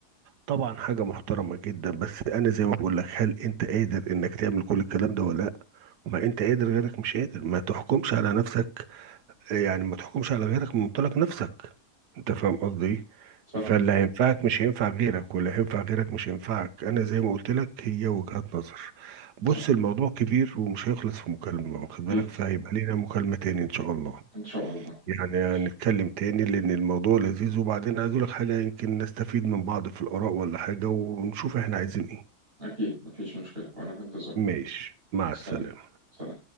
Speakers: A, on the right; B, on the right.
A: طبعا حاجة محترمة جدا بس انا زي ما بقول لك هل انت قادر انك تعمل كل الكلام ده ولا لا ما انت قادر غيرك مش قادر ما تحكمش على نفسك يعني ما تحكمش على غيرك من منطلق نفسك انت فاهم قصدي ايه
B: صح
A: فاللي هينفعك مش هينفع غيرك واللي هينفع غيرك مش هينفعك انا زي ما قلت لك هي وجهات نظر بص
B: صح
A: الموضوع كبير ومش هيخلص في مكالمة واخد
B: اكيد
A: بالك فهيبقى لينا مكالمة تاني ان شاء الله
B: ان شاء الله
A: يعني
B: ماشي.
A: هنتكلم تاني لان الموضوع لذيذ وبعدين عايز اقول لك حاجة يمكن نستفيد من بعض في الاراء ولا حاجة ونشوف احنا عايزين ايه
B: أكيد مفيش مشكلة وأنا في انتظار
A: ماشي مع
B: سلام
A: السلامة
B: سلام